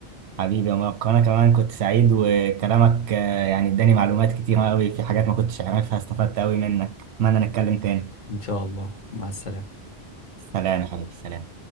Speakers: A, on the right; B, on the left.
A: حبيبي يا مبارك انا كمان كنت سعيد وكلامك آه، يعني اداني معلومات كتيرة قوي في حاجات ما كنتش اعرفها استفدت قوي منك اتمنى نتكلم تاني
B: ان شاء الله مع السلامة
A: سلام يا حبيبي سلام